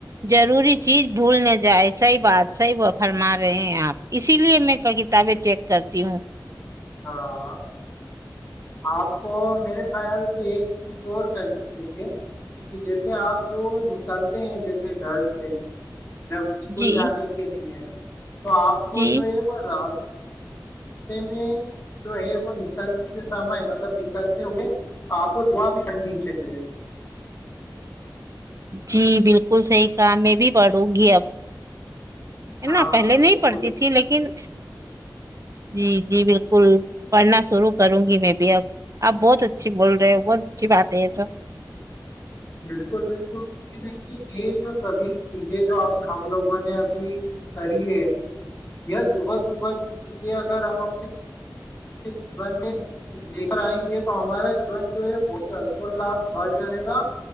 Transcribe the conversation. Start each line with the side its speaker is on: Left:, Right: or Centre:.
Right: ضروری چیز بھول نہ جائے صحیح بات صحیح وہ فرما رہے ہیں آپ اسی لیے میں کتابیں چیک کرتی ہوں
Left: ہاں آپ کو میرے خیال سے ایک چیز اور کرنی چاہیے کہ جیسے آپ جو نکلتے ہیں جیسے گھر سے جب اسکول
Right: جی
Left: جانے کے لیے تو آپ کو
Right: جی
Left: جو ہے وہ راس پ میں <unintelligible> جو ہے وہ نکلتے سمے مطلب نکلتے ہوئے آپ کو دعا بھی کرنی چاہیے
Right: جی بالکل صحیح کام میں بھی پڑوں گی اب ن
Left: ہاں
Right: پہلے نہیں
Left: بالکل
Right: پڑتی تھی لیکن جی جی بالکل پڑھنا شروع کروں گی میں بھی اب آپ بہت اچھی بول رہے ہو بہت اچھی بات ہے یہ تو
Left: بالکل بالکل دیکھیے یہ جو سبھی چیزیں جو ہم لوگوں نے ابھی کری ہے یا صبح صبح کی چیزیں اگر ہم اپنے جیون میں لے کر آئیں گے تو ہمارا جیون جو ہے بہت ہی ہرشولاس بھر جائے گا